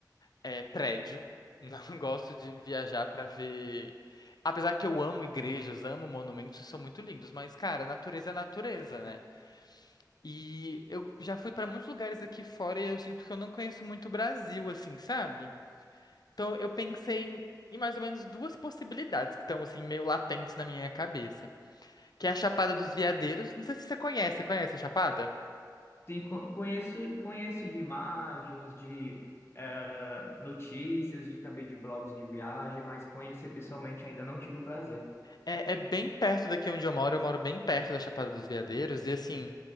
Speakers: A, on the left; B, on the left.
A: é, prédio. Não <laughs> gosto de viajar pra ver. Apesar que eu amo igrejas, amo monumentos, e são muito lindos, mas, cara, natureza é natureza, né? E eu já fui pra muitos lugares aqui fora e eu sinto que eu não conheço muito o Brasil, assim, sabe? Então eu pensei em mais ou menos duas possibilidades que estão assim meio latentes na minha cabeça, que é a Chapada dos Veadeiros. Não sei se você conhece, você conhece a Chapada?
B: Sim, co- conheço, conheço de imagens, de eh, notícias, de também de blogs de viagem, mas conhecer pessoalmente ainda não tive o prazer.
A: É, é bem perto daqui onde eu moro, eu moro bem perto da Chapada dos Veadeiros e assim,